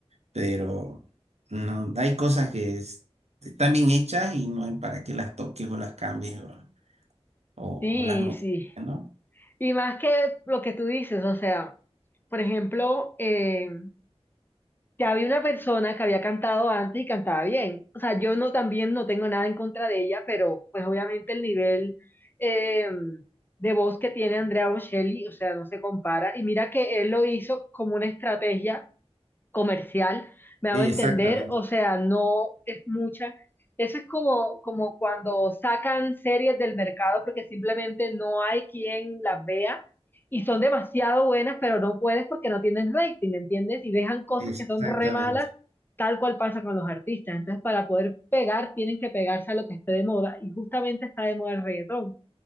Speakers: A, on the right; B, on the left.
A: pero no, hay cosas que es- están bien hechas y no hay para qué las toques o las cambies o, o-
B: Sí,
A: o las modifiques,
B: sí.
A: ¿no?
B: Y más que lo que tú dices, o sea, por ejemplo, eh, ya había una persona que había cantado antes y cantaba bien. O sea, yo no también no tengo nada en contra de ella, pero pues obviamente el nivel eh, de voz que tiene Andrea Bocelli, o sea, no se compara. Y mira que él lo hizo como una estrategia comercial, me hago
A: Exactamente,
B: entender, o sea, no es mucha. Eso es como, como cuando sacan series del mercado porque simplemente no hay quien las vea y son demasiado buenas, pero no puedes porque no tienen rating, ¿entiendes? Y dejan cosas
A: exactamente.
B: que son re malas, tal cual pasa con los artistas. Entonces, para poder pegar, tienen que pegarse a lo que esté de moda y justamente está de moda el reggaetón.